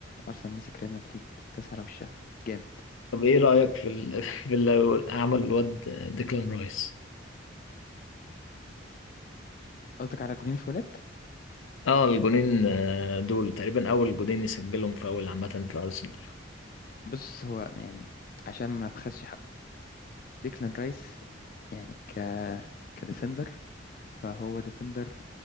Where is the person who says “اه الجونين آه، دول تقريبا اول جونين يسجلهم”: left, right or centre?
Left